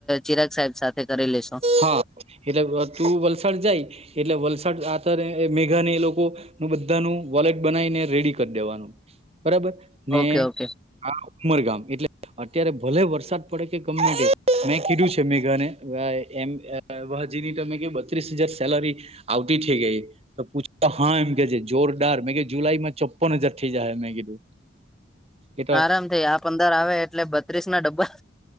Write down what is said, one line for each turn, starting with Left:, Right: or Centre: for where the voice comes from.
Centre: ચિરાગ સાહેબ સાથે કરી લેશો.
Right: હા એટલે તું વલસાડ જાય એટલે વલસાડ આત્યારે મેઘા ને એ લોકો નુ બધાનું વોલેટ બનાવીને રેડી કરી દેવાનું બરાબર ને
Centre: ઓકે ઓકે
Right: હા ઉમરગામ એટલે અત્યારે ભલે વરસાદ પડે કે ગમ તે મેં કીધું છે મેઘાને આ એમ <unintelligible> તમે કે બત્રીસ હજાર સેલરી આવતી થઈ ગઈ. તો પૂછ હા એમ કે છે જોરદાર મેં કે જુલાઈ માં ચોપના હજાર થઈ જાય મેં કીધું. એ તો
Centre: આરામ થઇ આ પંદર આવે એટલે બત્રીસ ના ડબ્બલ